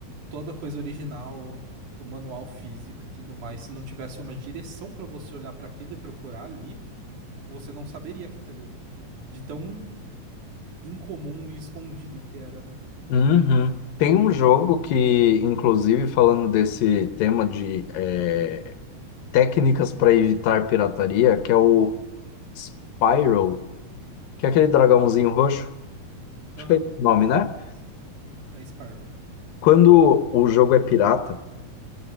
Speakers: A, on the right; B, on the left.
A: toda a coisa original, o manual físico e tudo mais, se não tivesse uma direção pra você olhar pra aquilo e procurar ali, você não saberia que tá ali. De tão incomum e escondido que era, né?
B: Uhum. Tem um jogo que, inclusive, falando desse tema de é, técnicas para evitar pirataria, que é o Spyro, que é aquele dragãozinho roxo. Acho
A: Aham,
B: que é esse o nome, né?
A: conheço. É Spyro.
B: Quando o jogo é pirata,